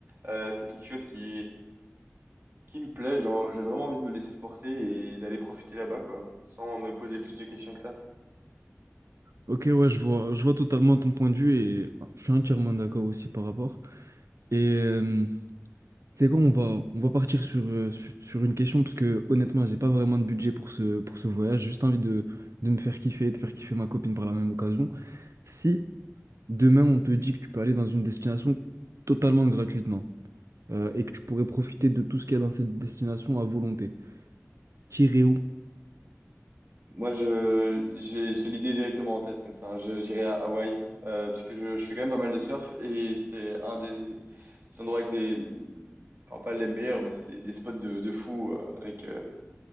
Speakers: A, on the right; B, on the right.
A: Euh, c'est quelque chose qui, qui me plaît. Genre, j'ai vraiment envie de me laisser porter et d'aller profiter là-bas, quoi, sans me poser plus de questions que ça.
B: Ok, ouais, je vois, je vois totalement ton point de vue et je suis entièrement d'accord aussi par rapport. Et euh, c'est quoi, on va, on va partir sur, euh, su- sur une question parce que honnêtement, j'ai pas vraiment de budget pour ce, pour ce voyage. J'ai juste envie de, de me faire kiffer, de faire kiffer ma copine par la même occasion. Si demain on te dit que tu peux aller dans une destination totalement gratuitement euh, et que tu pourrais profiter de tout ce qu'il y a dans cette destination à volonté, t'irais où?
A: Moi, je, j'ai, j'ai l'idée directement en tête comme ça. Je- J'irai à Hawaï, euh, puisque je, je fais quand même pas mal de surf et c'est un des, des endroits avec les, enfin pas les meilleurs, mais c'est des, des spots de, de fou euh, avec euh,